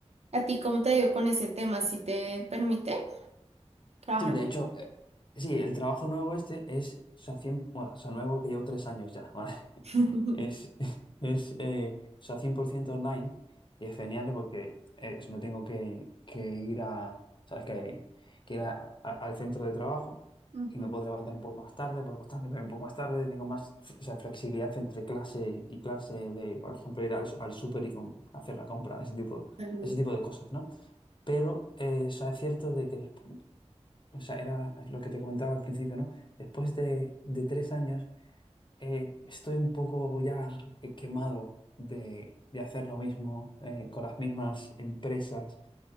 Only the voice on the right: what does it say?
¿A ti cómo te dio con ese tema? ¿Si te permite trabajar?
<laughs>
Ujú,
Totalmente.